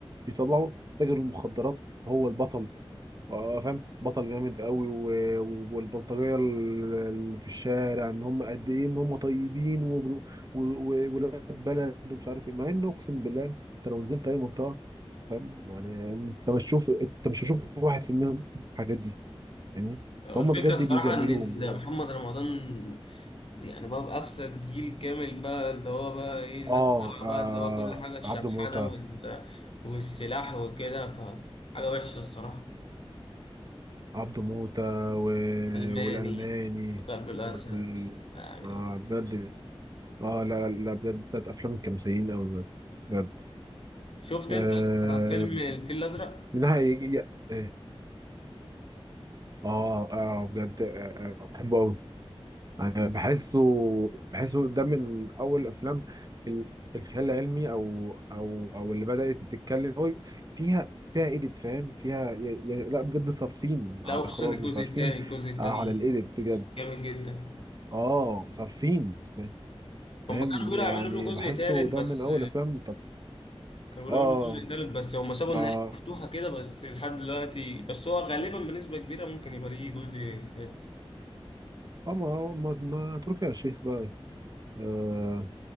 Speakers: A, on the right (about 40°); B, on the left (about 65°).
A: بيطلعوا تاجر المخدرات هو البطل آه، آه، فاهم بطل جامد قوي و... و- والبلطجيه ال- اللي في الشارع ان هم قد ايه ان هم طيبين وولاد و... و... ولاد بلد ومش عارف ايه مع انه اقسم بالله انت لو نزلت اي منطقه فاهم يعني انت مش تشوف انت مش هتشوف واحد في المية من الحاجات دي فاهمني
B: هو
A: فهم
B: الفكرة
A: بجد
B: الصراحة
A: بيجملوهم
B: إن ال- محمد رمضان يعني بقى بأفسد جيل كامل بقى اللي هو بقى إيه الناس
A: اه,
B: طالعة
A: آه
B: بقى اللي هو كل حاجة الشبحانة
A: عبده موتة
B: وال... والسلاح وكده فحاجة وحشة الصراحة
A: عبده موتة و...
B: ألماني
A: والألماني
B: وكلب الأسد
A: وال...
B: يعني
A: آه بجد اه لا لا بجد بتاعت أفلام كانوا سيئين أوي بجد بجد
B: شفت
A: آه...
B: انت فيلم الفيل الازرق
A: من ناحية إيه اه اه بجد آه آه، بحبه أوي انا بحسه بحسه ده من اول افلام ال- الخيال العلمي او او او اللي بدات تتكلم هو فيها فيها ايديت فاهم فيها يعني لا بجد صارفين
B: لا
A: على
B: وخصوصا
A: الاخراج
B: الجزء
A: وصارفين
B: الثاني الجزء الثاني
A: آه، على الايديت بجد
B: جامد جدا
A: اه صارفين
B: هم
A: فاهم
B: كانوا بيقولوا
A: يعني
B: يعملوا له
A: بحسه
B: جزء ثالث
A: ده
B: بس
A: من اول افلام بتاعت
B: كانوا
A: اه
B: بيقولوا يعملوا جزء ثالث بس هم سابوا
A: ما
B: النهايه مفتوحه كده بس لحد دلوقتي بس هو غالبا بنسبه كبيره ممكن يبقى ليه جزء ثالث
A: اه ما ما, ما تركي يا شيخ بقى آه